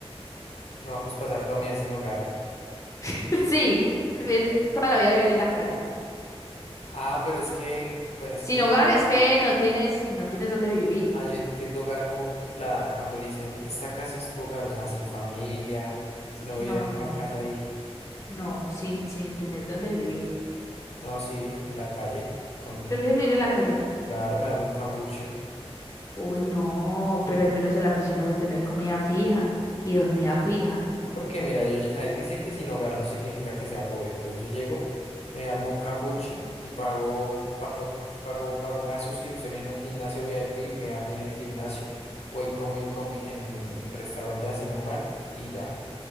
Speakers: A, on the left; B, on the left.
A: No, pues pasar toda mi vida sin hogar.
B: <laughs> Sí, prefieres
A: Cla-
B: toda la vida vivir en la calle.
A: Ah, pero es que. Bueno, es
B: Sin
A: que yo
B: hogar
A: entiendo.
B: es que no tienes, no tienes dónde vivir.
A: Ah, yo entiendo hogar como cu- la, cuando le dicen, esta casa es tu hogar, o sea, sin familia, si no viviera
B: No,
A: en
B: no,
A: una casa ahí.
B: no, sin, sin tener dónde vivir.
A: No, sí, en la calle, con.
B: ¿Prefieres vivir en la calle?
A: Claro, me armo un cambuche.
B: Uy, no, pero al menos en la prisión vas a tener comida fija y dormida fija.
A: No, Porque mira, yo, lle- ahí dice que sin hogar no significa que sea pobre. Entonces yo llego, me armo un cambuche y pago, pago, pago, pago una suscripción en un gimnasio VIP, me baño en el gimnasio, voy como en, comi- en restaurantes así normal y ya,